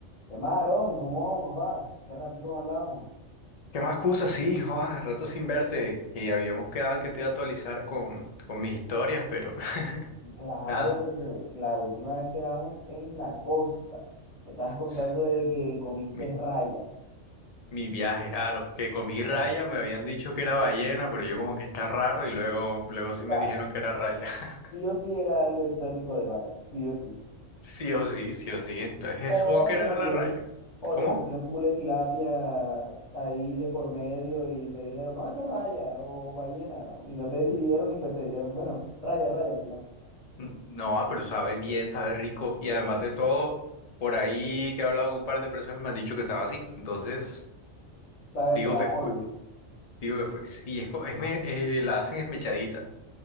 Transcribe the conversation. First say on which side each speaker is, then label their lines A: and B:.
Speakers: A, on the left (about 70°); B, on the left (about 35°).
A: ¿Qué más, Aarón? ¿Cómo vamos, papá? Hace ratico no hablábamos.
B: ¿Qué más cosas? Sí, Juan, rato sin verte. Y habíamos quedado en que te iba a actualizar con, con mis historias, pero <laughs>
A: Y claro,
B: nada.
A: porque la última vez quedamos en la costa. Me estabas contando
B: pues,
A: de que comiste
B: Mi,
A: raya.
B: mi viaje, claro. Que comí raya,
A: Claro.
B: me habían dicho que era ballena, pero yo como que está raro y luego, luego sí
A: O
B: me
A: sea,
B: dijeron que era raya. <laughs>
A: sí o sí era algo exótico de bar, sí o sí.
B: Sí o sí, sí o sí. Entonces
A: O
B: supongo que era
A: te metieron,
B: la raya.
A: o
B: ¿Cómo?
A: te metieron culetilapia ahí de por medio y te dijeron, no, eso es raya o ballena. Y no se decidieron y pues te dijeron, bueno, raya, raya al final.
B: N- No, ah, pero sabe bien, sabe rico. Y además de todo, por ahí que he hablado con un par de personas me han dicho que sabe así. Entonces,
A: ¿Sabes
B: digo
A: qué? Apoyo.
B: que fue. Digo que fue. Sí, es, co- es me- eh, la hacen esmechadita.